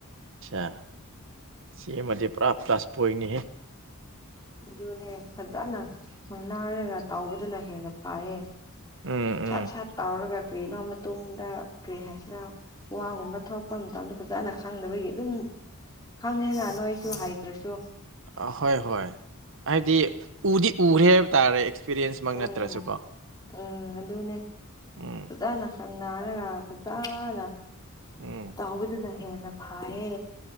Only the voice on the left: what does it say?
ꯑꯗꯨꯅꯦ ꯐꯖꯅ ꯁꯣꯡꯅꯥꯔꯒ ꯇꯥꯎꯕꯗꯨꯅ ꯍꯦꯟꯅ ꯐꯌꯦ
ꯁꯥꯠ
ꯁꯥꯠ ꯇꯥꯎꯔꯒ ꯀꯩꯅꯣ ꯃꯇꯨꯡꯗ ꯀꯔꯤ ꯍꯥꯏꯁꯤꯔꯑꯣ ꯋꯥꯒꯨꯝꯕ ꯊꯔꯛꯄ ꯃꯇꯝꯗ ꯐꯖꯅ ꯈꯪꯅꯕꯒꯤ ꯑꯗꯨꯝ ꯈꯪꯉꯦ ꯅꯍꯥꯟ ꯅꯣꯏꯁꯨ ꯍꯇ꯭ꯔꯁꯨ
ꯎꯝ
ꯎꯝ ꯑꯗꯨꯅꯦ
ꯐꯖꯅ ꯈꯪ ꯅꯥꯔꯒ ꯐꯖꯅ
ꯇꯍꯕꯨꯗꯨꯅꯍꯦꯅꯐꯍꯦ